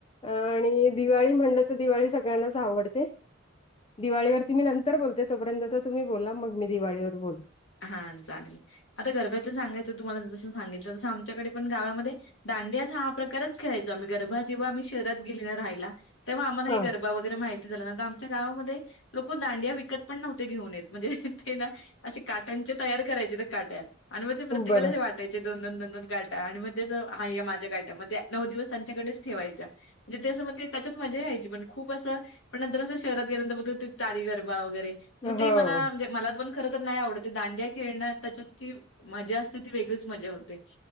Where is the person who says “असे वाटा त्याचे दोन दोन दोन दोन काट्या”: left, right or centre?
Left